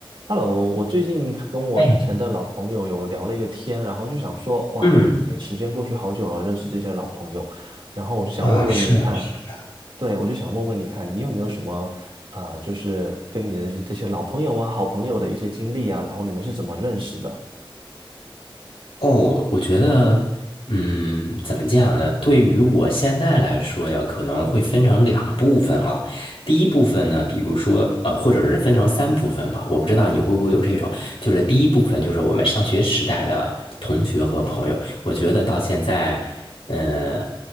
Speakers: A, on the right; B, on the left.
A: Hello，我最近跟我以前的老朋友有聊了一个天，
B: 哎，
A: 然后就想说，哇，
B: 嗯。
A: 已经时间过去好久了，认识这些老朋友，然后我就想问问你看，
B: 啊，是啊，是啊，
A: 对，我就想问问你看，你有没有什么呃，就是跟你的这些这些老朋友啊、好朋友的一些经历啊，然后你们是怎么认识的？
B: 哦，我觉得，嗯，怎么讲呢？对于我现在来说呀，可能会分成两部分啊。第一部分呢，比如说，呃，或者是分成三部分吧。我不知道你会不会有这种，就是第一部分就是我们上学时代的同学和朋友，我觉得到现在，呃，